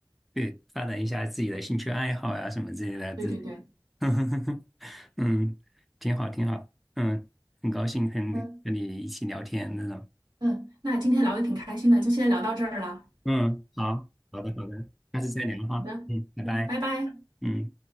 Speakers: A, in the centre; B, on the right.
A: 对，发展一下自己的兴趣爱好呀、什么之类的，
B: 对对对，
A: 这。<laughs> 嗯，挺好，挺好。嗯，很高兴跟和你一起聊天那种。
B: 嗯嗯，那今天聊的挺开心的，就先聊到这儿了。
A: 嗯，好，好的，好的，下次再聊哈。
B: 好的，
A: 嗯，拜拜。
B: 嗯，拜拜。
A: 嗯。